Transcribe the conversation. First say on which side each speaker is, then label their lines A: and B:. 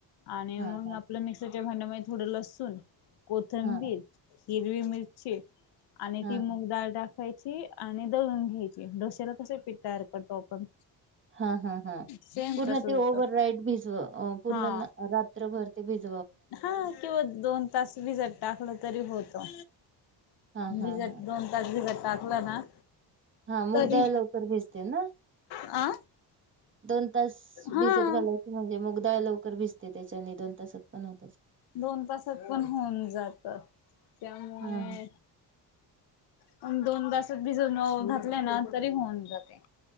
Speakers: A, on the left (about 65°); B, on the right (about 25°).
A: आणि
B: हा
A: मग
B: हा
A: आपलं मिक्सर त्या भांडमध्ये थोडं लसूण कोथंबीर
B: हा
A: हिरवी मिरची
B: हा
A: ति मग दाळ टाकायची आणि दळून घ्यायची डोश्याला कस पीठ तयार करतो आपण
B: हा हा हा
A: सेम
B: पूर्ण
A: तसं
B: ते
A: होत
B: ओव्हर नाईट भिजव पूर्ण
A: हा
B: रात्रभर ते भिज
A: हा किं दोन तास भिजत टाकलं तरी होतं..
B: हा हा
A: भिजत
B: हा.
A: दोन तास भिजत टाकलं ना
B: हा मुगदाळ
A: तरी
B: लवकर भजते ना
A: अ
B: दोन तास
A: हा
B: भिजत घालायची म्हणजे मूगदाळ लवकर भिजते, त्याच्याने दोन तासात पण होतात.
A: दोन तासात पण होऊन जात त्यामुळे
B: हा
A: पण दोन तासात भिजून घातले ना तरी होऊन जाते.